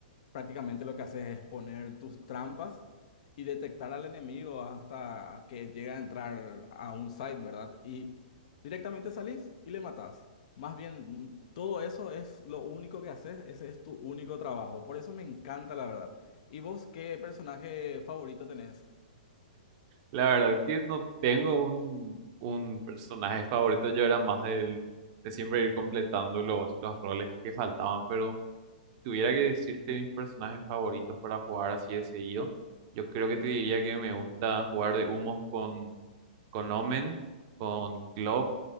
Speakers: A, on the left; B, on the right.
A: prácticamente lo que haces es poner tus trampas y detectar al enemigo hasta que llega a entrar a un site, ¿verdad? Y directamente salís y le matás. Más bien, mm, todo eso es lo único que haces, ese es tu único trabajo. Por eso me encanta, la verdad. ¿Y vos qué personaje favorito tenés? <laughs>
B: La verdad que no tengo un, un personaje favorito, yo era más del, de siempre ir completando los, los roles que faltaban, pero si tuviera que decirte mis personajes favoritos para jugar así de seguido, yo creo que te diría que me gusta jugar de humos con, con Omen, con Club